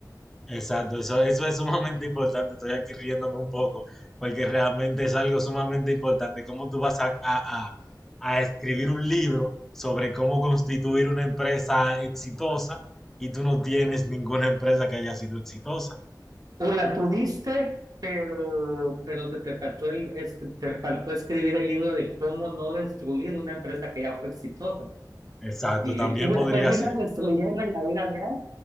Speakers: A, in the centre; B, on the right (about 55°).
A: Exacto, eso, eso es sumamente importante. Estoy aquí riéndome un poco, porque realmente es algo sumamente importante. ¿Cómo tú vas a, a- a- a escribir un libro sobre cómo constituir una empresa exitosa y tú no tienes ninguna empresa que haya sido exitosa?
B: O la tuviste, pero, pero te, te faltó el, es- te faltó escribir el libro de cómo no destruir una empresa que ya fue exitosa.
A: Exacto,
B: Y,
A: también
B: y la
A: podría
B: terminas
A: ser.
B: destruyendo en la vida real